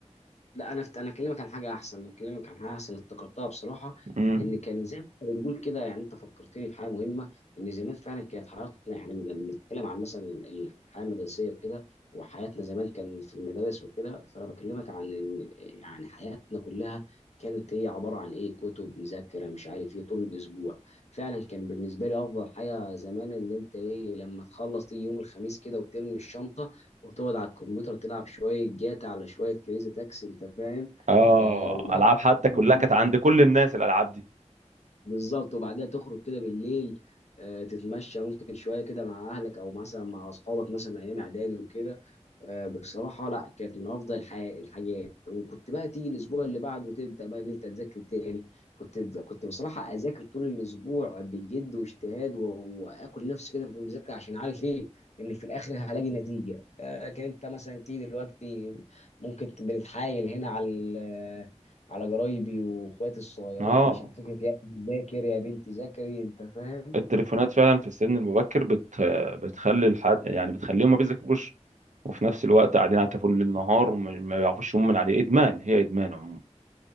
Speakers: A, on the left; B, on the right.
A: لا انا انا اكلمك عن حاجه احسن انا اكلمك عن حاجه احسن افتكرتها بصراحه
B: امم
A: ان كان زي ما إحنا بنقول كده يعني انت فكرتني في حاجه مهمه ان زمان فعلا كانت حياتنا احنا لما بنتكلم عن مثلا الحياه المدرسيه وكده وحياتنا زمان كان في المدارس وكده فانا بكلمك عن ان يعني حياتنا كلها كانت هي عباره عن ايه كتب مذاكره مش عارف ايه طول الاسبوع فعلا كان بالنسبه لي افضل حاجه زمان ان انت ايه لما تخلص تيجي يوم الخميس كده وترمي الشنطه وتقعد على الكمبيوتر تلعب شوية جاتا على شوية كريزي تاكسي أنت فاهم
B: اه
A: آه وبعدين
B: العاب حتى كلها كانت عند كل الناس الالعاب دي
A: بالظبط وبعدها تخرج كده بالليل آه، تتمشى ممكن شويه كده مع اهلك او مثلا مع اصحابك مثلا ايام اعدادي وكده آه، بصراحه لا كانت من افضل الح- الحاجات وكنت بقى تيجي الاسبوع اللي بعده تبدا بقى ان انت تذاكر تاني كنت كنت بصراحه اذاكر طول الاسبوع بجد واجتهاد و- واكل نفسي كده في المذاكره عشان عارف ايه ان في الاخر هلاقي نتيجه آه، لكن انت مثلا تيجي دلوقتي ممكن بنتحايل هنا على على جرايبي واخواتي الصغيرين
B: اه
A: عشان فكره يا ابني ذاكر يا بنتي ذاكري انت فاهم
B: التليفونات فعلا في السن المبكر بت... بتخلي الحد يعني بتخليهم ما بيذاكروش وفي نفس الوقت قاعدين على التليفون ليل نهار وما ما بيعرفوش يقوموا من عليه ادمان هي ادمان عموما